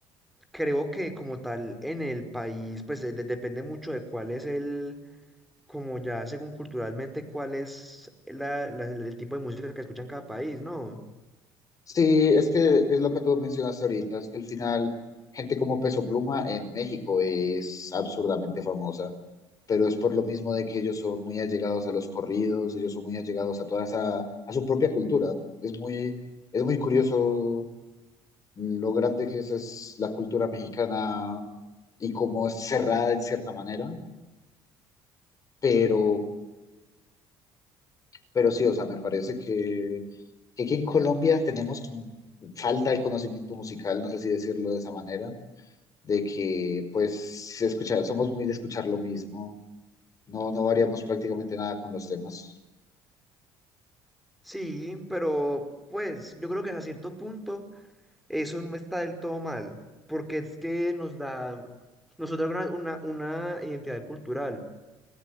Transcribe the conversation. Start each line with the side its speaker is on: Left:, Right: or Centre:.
Centre: creo que como tal en el país pues eh, de- depende mucho de cuál es el, como ya según culturalmente, cuál es la- la- el tipo de música que escucha en cada país, ¿no?
Left: Sí, es que es lo que tú mencionaste ahorita, es que al final gente como Peso Pluma en México es absurdamente famosa, pero es por lo mismo de que ellos son muy allegados a los corridos, ellos son muy allegados a toda esa, a su propia cultura. Es muy, es muy curioso lo grande que es, es la cultura mexicana y cómo es cerrada en cierta manera, pero Pero sí, o sea, me parece que, que aquí en Colombia tenemos como falta de conocimiento musical, no sé si decirlo de esa manera, de que pues se escucha, somos muy de escuchar lo mismo, no, no variamos prácticamente nada con los temas.
Centre: Sí, pero pues yo creo que hasta cierto punto. eso no está del todo mal, porque es que nos da, nos otorga una, una, una identidad cultural.